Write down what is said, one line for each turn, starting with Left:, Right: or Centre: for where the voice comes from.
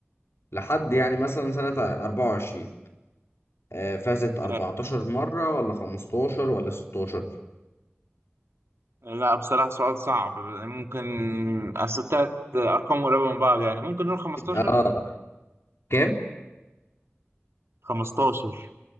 Left: لحد يعني مثلا سنة 24 آه فازت 14
Right: آه،
Left: مرة ولا 15 ولا 16
Right: لا بصراحة سؤال صعب ممكن أصل تلات أرقام قريبة من بعض يعني ممكن نقول 15
Left: آه كام؟
Right: 15